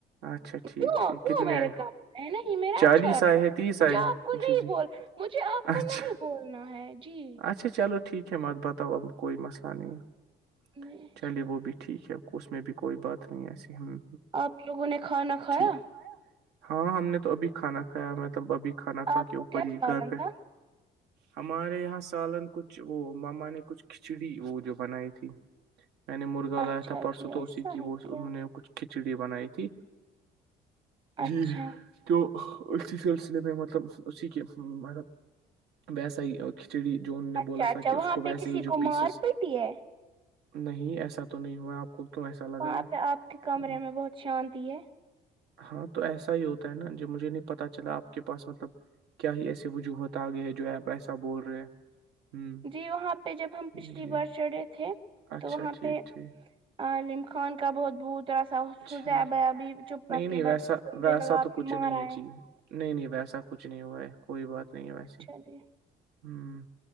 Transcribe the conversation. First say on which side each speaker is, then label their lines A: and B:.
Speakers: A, on the right; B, on the right.
A: اچھا ٹھیک
B: کیوں
A: ٹھیک
B: کیوں
A: کتنے
B: میرے
A: آئے
B: کام ہے نہیں میرا
A: چالیس
B: اچھا
A: آئے ہیں تیس
B: مجھے
A: آئے
B: آپ
A: ہیں
B: کو نہیں
A: جی جی
B: بول مجھے آپ کو
A: اچھا
B: نہیں بولنا ہے جی
A: اچھا چلو ٹھیک ہے میںات بتاؤ اب کوئی مسئلہ نہیں ہے
B: نہیں
A: چلیے
B: جی
A: وہ بھی ٹھیک ہے اس میں بھی کوئی بات نہیں ایسی ہم
B: آپ لوگوں نے کھانا کھایا
A: ٹھیک ہاں ہم نے تو ابھی کھانا کھایا مطلب ابھی کھانا کھا
B: آپ
A: کے
B: کو
A: اوپر
B: کیا
A: ہی
B: سالن
A: گھر پہ
B: تھا
A: ہمارے یہاں سالن کچھ وہ ماما نے کچھ کھچڑی وہ جو بنائی تھی میں نے مرغا
B: اچھا
A: لایا تھا پرسوں
B: جی
A: تو
B: ایسا
A: اسی کی
B: ہے
A: وہ
B: کیا
A: انہوں نے کچھ کھچڑی بنائی تھی
B: اچھا
A: جی ت اس سلسلے میں مطلب اسی کے مب ویسا ہی کھچڑی جو ان نے
B: اچھا
A: بولا
B: اچھا
A: تھا کہ اس
B: وہاں
A: کو ویسے
B: پہ کسی
A: ہی جو
B: کو
A: پیسز
B: مار پیٹی ہے
A: نہیں ایسا تو نہیں ہوا آپ کو کیوں ایسا لگ
B: وہاں
A: رہا
B: پہ آپ کے کمرے
A: ہے
B: میں بہت شانتی ہے
A: ہاں تو ایسا ہی ہوتا ہے نا جو مجھے نہیں پتا چلا آپ کے پاس مطلب کیا ہی ایسے وجوہات گے جو ہے آپ ایسا بول رہے ہیں ہوں
B: جی وہاں پہ جب ہم پچھلی
A: جی
B: بار چڑھے تھے
A: اچھا
B: تو وہاں
A: ٹھیک
B: پہمک
A: ٹھیک
B: کھان کا بہت بہوت را سا حس
A: جی
B: ب ابھی چپ
A: نہیں
B: کر
A: نہیں
B: کے
A: ویسا
B: بیٹھا تو مجھے
A: ویسا
B: لگا آپ
A: تو کچھ
B: کے
A: نہیں
B: مار
A: ہے
B: آئے
A: جی نہیں نہیں ویسا کچھ نہیں ہوا ہے کوئی بات نہیں ویسی
B: چلیے
A: ہوں